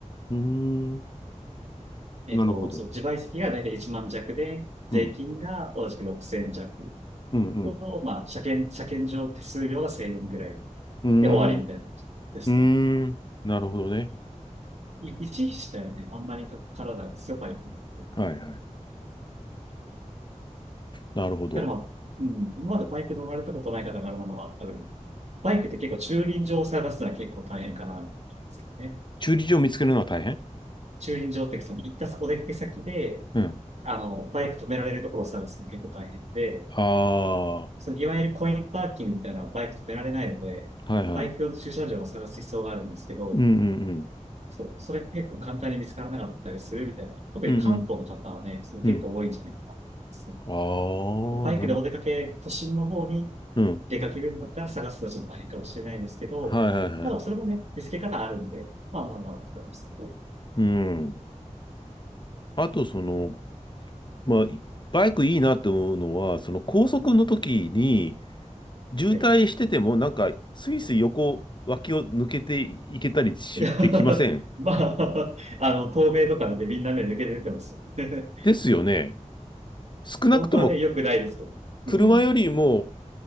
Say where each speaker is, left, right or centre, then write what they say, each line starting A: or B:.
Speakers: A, on the left; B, on the right.
A: うーん。
B: えっと、
A: なるほど。
B: そう、自賠責が大体1万弱で、税金が同じく6000弱
A: うん、うん、うん。
B: と、まあ、車検、車検場手数料が1000円ぐらい。
A: うーん、
B: で、終わりみたいな感じですね。
A: うーん。なるほどね。
B: 維持したよはね、あんまり体が強いバイクに。だ
A: はい、はい。なるほど。
B: かまあ、うん、今までバイク乗られたことない方があるのは、多分、バイクって結構駐輪場を探すのは結構大変かな、ですけどね。
A: 駐輪場を見つけるのは大変
B: 駐輪場って、その行ったお出かけ先で、
A: うん。
B: あの、バイク止められるところを探すの結構大変で、
A: ああ、は
B: そのいわゆるコインパーキングみたいなのはバイク止められないので、
A: いはい。
B: バイク用の駐車場を探す必要があるんですけど、
A: うんうんうん。
B: そう、それ結構簡単に見つからなかったりするみたいな。特に関東の方はね、
A: うんうん
B: それ結構多いんじゃないかなと思いますね。
A: うん。ああ、
B: バイクでお出かけ、
A: なるほど。
B: 都心の方に
A: うん。
B: 出かけるんだったら探すのはちょっと大変かもしれないですけど、
A: はいはいはい。
B: まあ、それもね、見つけ方あるんで、まあまあまあ、と思います。
A: うん。あと、その、まあ、いバイクいいなって思うのは、その高速の時に、渋滞してても、
B: はい。
A: なんか、スイスイ横脇を抜けていけたりし、
B: いや <laughs>
A: できません。
B: まあ、あの、透明とかのでねみんな目抜けて出てますよね。<laughs>
A: ですよね。少なくとも、
B: 本当はね、良くないですけど。
A: 車よりも
B: うん。